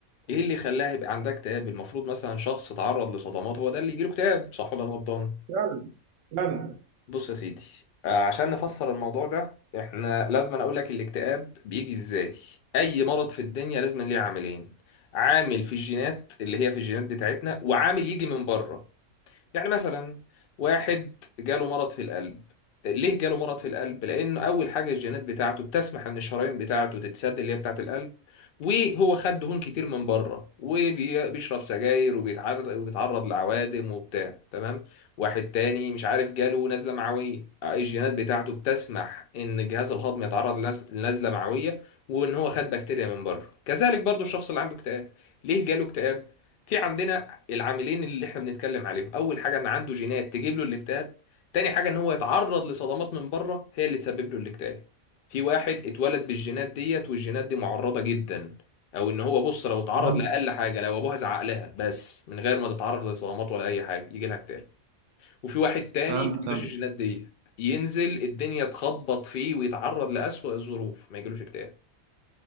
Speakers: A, on the left; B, on the right.
A: ايه اللي خلاها يبقى عندها اكتئاب المفروض مثلا شخص اتعرض لصدمات هو ده اللي يجيله اكتئاب صح ولا انا غلطان
B: فعلا فعلا
A: بص يا سيدي آه، عشان نفسر الموضوع ده احنا لازم اقول لك الاكتئاب بيجي ازاي اي مرض في الدنيا لازم ليه عاملين عامل في الجينات اللي هي في الجينات بتاعتنا وعامل يجي من بره يعني مثلا واحد جاله مرض في القلب ليه جاله مرض في القلب لان اول حاجه الجينات بتاعته بتسمح ان الشرايين بتاعته تتسد اللي هي بتاعه القلب وهو خد دهون كتير من بره وبيشرب سجاير وبيتعرض وبيتعرض لعوادم وبتاع تمام واحد تاني مش عارف جاله نزله معويه الجينات بتاعته بتسمح ان الجهاز الهضمي يتعرض لنز- لنزله معويه وان هو خد بكتيريا من بره كذلك برضو الشخص اللي عنده اكتئاب ليه جاله اكتئاب في عندنا العاملين اللي احنا بنتكلم عليهم اول حاجه ان عنده جينات تجيب له الاكتئاب تاني حاجه ان هو يتعرض لصدمات من بره هي اللي تسبب له الاكتئاب في واحد اتولد بالجينات ديت والجينات دي معرضه جدا او ان هو بص لو اتعرض
B: فهمت
A: لاقل حاجه لو ابوها زعق لها بس من غير ما تتعرض لصدمات ولا اي حاجه يجي لها اكتئاب وفي واحد تاني
B: فهمت
A: ما عندوش
B: فهمت
A: الجينات ديت ينزل الدنيا تخبط فيه ويتعرض لأسوأ الظروف ما يجيلوش اكتئاب